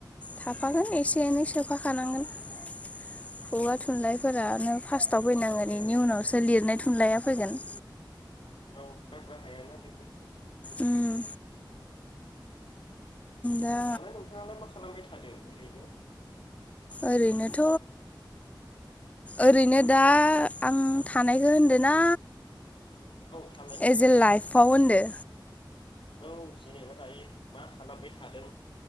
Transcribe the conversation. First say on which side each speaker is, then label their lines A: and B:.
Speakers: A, on the left; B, on the left.
A: थाफागोन एसे सोफाखानांगोन खुगा थुनलाइफोरानो फार्स्टआव फैनांगोन
B: गारनो
A: बेनि
B: हायाना
A: उनावसो
B: बेफोरखौ
A: लिरनाय थुनलाइया फैगोन
B: औ गारनो हायाना बेफोरखौ
A: उम दा
B: दालाय नोंथाङालाय मा खालामबाय थादो ओरैनो?
A: ओरैनोथ' ओरैनो दा आं थानायखौ होनदों ना
B: औ थानायखौ
A: एस ए लाइफआव होनदों?
B: औ जेनेबा दायो मा खालामबाय थादों